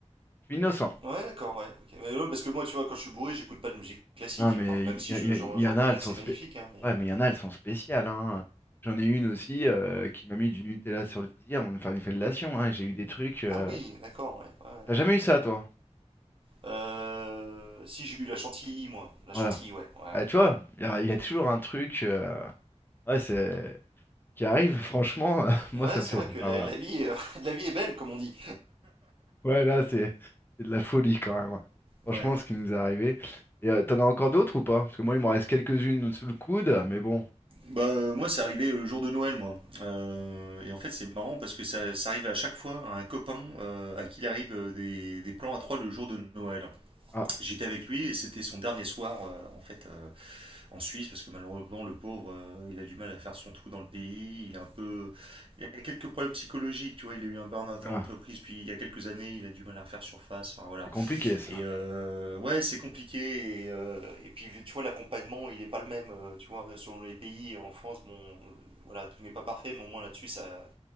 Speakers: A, on the left; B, on the right.
A: Je suis innocent.
B: Ouais, d'accord, ouais. ok. Mais non, parce que moi, tu vois, quand je suis bourré, j'écoute pas de musique classique.
A: Non, mais
B: Enfin, même
A: il
B: si
A: y, y-
B: je- j'en
A: y-
B: j'en
A: y en
B: conviens
A: a, elles
B: que
A: sont
B: c'est
A: spé-
B: magnifique, hein, mais.
A: Ouais,
B: euh,
A: mais il y en a, elles sont spéciales, hein. J'en ai une aussi euh, qui m'a mis du Nutella sur le désir, on enfin, une fellation, hein. J'ai eu des trucs. euh,
B: Ah oui, d'accord, ouais. ouais.
A: T'as jamais eu ça, toi?
B: Euh, si j'ai eu la chantilly, moi. La
A: Voilà.
B: chantilly, ouais. Ouais,
A: Ah, tu vois, il y, a il y a toujours un truc euh, ouais, c'est... qui arrive, franchement, <laughs> moi
B: ouais
A: ça
B: c'est
A: me fait.
B: vrai que
A: Enfin
B: la,
A: voilà.
B: la vie, euh, <laughs> la vie est belle, comme on dit.
A: Ouais, là, c'est c'est de la folie quand même. Franchement,
B: Ouais.
A: ce qui nous est arrivé. Et euh, t'en as encore d'autres ou pas? Parce que moi, il m'en reste quelques-unes sous le coude, mais bon.
B: Bah, euh, moi, c'est arrivé le jour de Noël, moi. Euh, et en fait, c'est marrant parce que ça, ça arrive à chaque fois à un copain euh, à qui il arrive euh, des, des plans à trois le jour de Noël.
A: Ah,
B: J'étais avec lui et c'était son dernier soir euh, en fait euh, en Suisse parce que malheureusement le pauvre euh, il a du mal à faire son trou dans le pays. Il a un peu, il a quelques problèmes psychologiques, tu vois. Il a eu un burn-out
A: ah,
B: en entreprise, puis il y a quelques années il a du mal à refaire surface. Enfin voilà.
A: c'est compliqué ça.
B: Et euh, ouais, c'est compliqué. Et, euh, et puis, tu vois, l'accompagnement, il n'est pas le même. euh, Tu vois, selon les pays, en France, bon, euh, voilà, tout n'est pas parfait, mais au moins là-dessus, ça,